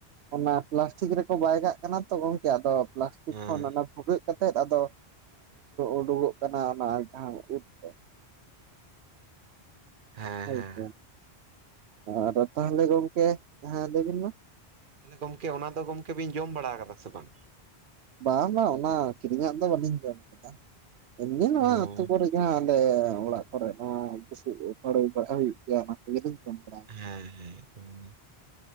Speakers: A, on the right; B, on the right.
A: ᱚᱱᱟ ᱯᱞᱟᱥᱴᱤᱠ ᱨᱮᱠᱚ ᱵᱟᱭ ᱠᱟᱜ ᱠᱟᱱᱟ ᱛᱚ ᱜᱚᱢᱠᱮ ᱟᱫᱚ᱾ ᱯᱞᱟᱥᱴᱤᱠ
B: ᱦᱮᱸ
A: ᱦᱚᱸ ᱱᱟᱱᱟ ᱵᱷᱩᱜᱟᱹᱜ᱾ ᱠᱟᱛᱮᱫ ᱟᱫᱚ ᱩᱰᱩᱠᱚᱜ ᱠᱟᱱᱟ ᱚᱱᱟ ᱡᱟᱦᱟᱸ ᱩᱫᱽ ᱫᱚ
B: ᱦᱮᱸ᱾ ᱦᱮᱸ
A: ᱟᱪ ᱟᱨ ᱛᱟᱦᱚᱞᱮ ᱜᱚᱢᱠᱮ? ᱦᱮ ᱞᱟᱹᱭᱵᱤᱱ ᱢᱟ᱾
B: ᱛᱟᱦᱚᱞᱮ ᱜᱚᱝᱠᱮ ᱚᱱᱟᱫᱚ ᱜᱚᱝᱠᱮ ᱵᱤᱱ ᱡᱚᱢ ᱵᱟᱲᱟ ᱟᱠᱟᱫᱟ ᱥᱮ ᱵᱟᱝ?
A: ᱵᱟᱝ ᱵᱟᱝ ᱚᱱᱟ ᱠᱤᱨᱤᱧᱟᱜ ᱫᱚ ᱵᱟᱹᱞᱤᱧ ᱡᱚᱢ ᱟᱠᱟᱫᱟ ᱮᱢᱱᱤ ᱱᱚᱣᱟ
B: ᱚ
A: ᱟᱹᱛᱩ ᱠᱚᱨᱮ ᱟᱞᱮ ᱚᱲᱟᱜ ᱠᱚᱨᱮ ᱱᱚᱣᱟ ᱵᱩᱥᱩᱵ ᱯᱟᱲᱳᱭ ᱠᱚᱨᱮ ᱦᱩᱭᱩᱜ ᱜᱮᱭᱟ ᱚᱱᱟ ᱠᱚᱜᱮᱞᱤᱧ ᱡᱚᱢ ᱵᱟᱲᱟ ᱟᱠᱟᱫᱟ᱾
B: ᱦᱮᱸ ᱦᱮᱸ ᱦᱮᱸ